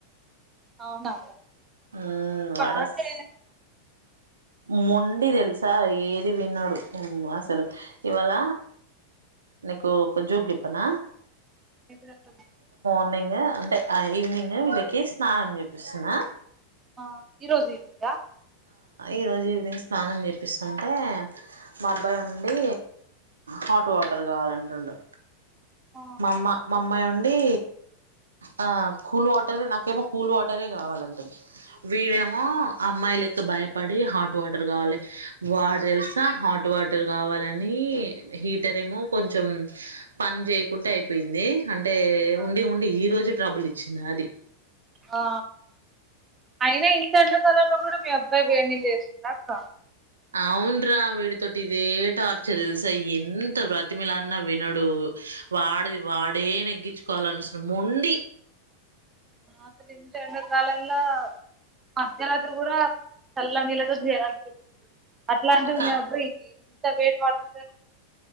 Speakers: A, on the right; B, on the right.
A: అవునా
B: ఉ
A: బానే
B: వడస్ మొండి తెలుసా ఏది విన్నాడు అసలు ఇవాళ నీకు ఒక జోక్ చెపన
A: ఎప్పుడు వస్తావ్
B: మార్నింగ్ అంటే ఈవినింగ్ వీళ్ళకి స్నానం చేపిస్తున్నా
A: ఆ ఈ రోజు ఏ ఉందా
B: ఈరోజు ఈవినింగ్ స్నానం చేపిస్తుంటే మా అబ్బాయి ఉండి హాట్ వాటర్ కావాలంటుండు
A: ఆ
B: మా అమ్మ మా అమ్మాయి ఉండి ఆ కూల్ వాటర్ నాకేమో కూల్ వాటరే కావాలంటంది వీడేమో
A: ఉమ్,
B: అమ్మాయిల ఇంకా భయపడి హాట్ వాటర్ కావాలి వాడు తెలుసా హాట్ వాటర్ కావాలని హీటర్ ఏమో కొంచెం పని చేయకుంటే అయిపోయింది అంటే
A: ఆ.
B: ఉండి ఉండి ఈ రోజు ట్రబుల్ ఇచ్చింది అది
A: హా అయినా ఇంత ఎండాకాలంలో కూడా మీ అబ్బాయి వేడి నీళ్లు చేస్తుండ అక్క
B: అవున్రా విడితొటిఈదే టార్చర్ ఎల్సా ఎంత బతిమిలాడీన్న వినడు వాడది వాడే నెగ్గించుకోవాలని చూస్తుండు మొండి
A: అసలు గీత ఎండాకాలంలో మధ్యరాత్రి కూడా చల్ల నీళ్ళతో చేయలనిపిస్తుంది అట్లాంటివి
B: క
A: మీ అప్పుడు ఇంత వెయిట్ వాటర్